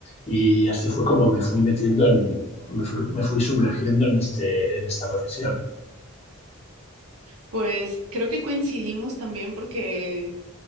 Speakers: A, on the left; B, on the right.
A: Y así fue como me fui metiendo en, me fui, me fui sumergiendo en este, en esta profesión.
B: Pues creo que coincidimos también porque